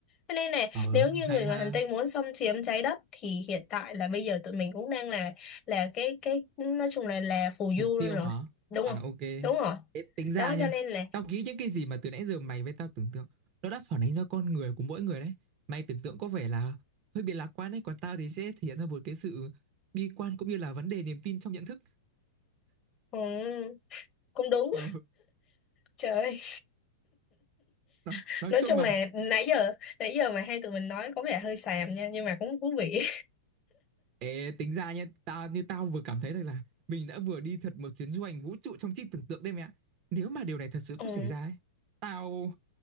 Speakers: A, on the left; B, on the right.
A: Thế nên này
B: Ờ,
A: nếu như
B: hay
A: người ngoài
B: ha.
A: hành tinh muốn xâm chiếm trái đất thì hiện tại là bây giờ tụi mình cũng đang là là cái cái nói chung là là phù
B: Mục
A: du
B: tiêu
A: luôn rồi
B: hả?
A: đúng
B: À,
A: không
B: ok.
A: đúng rồi
B: Thế tính ra
A: đó
B: nhá.
A: cho nên là
B: Tao nghĩ những cái gì mà từ nãy giờ mày với tao tưởng tượng, nó đã phản ánh ra con người của mỗi người đấy. Mày tưởng tượng có vẻ là hơi bị lạc quan đấy, còn tao thì sẽ thể hiện ra một cái sự bi quan cũng như là vấn đề niềm tin trong nhận thức.
A: ừ, cũng đúng
B: Ờ,
A: trời ơi
B: nói,
A: <laughs>
B: nói
A: nói
B: chung
A: chung
B: mà
A: là nãy giờ nãy giờ mà hai tụi mình nói có vẻ hơi xàm nha nhưng mà cũng thú vị
B: Ê, tính ra nhé, tao như tao vừa cảm thấy rằng là mình đã vừa đi thật một chuyến du hành vũ trụ trong trí tưởng tượng đây mẹ. ạ. Nếu mà điều này
A: <laughs>
B: thật sự có
A: ừ.
B: xảy ra ấy, tao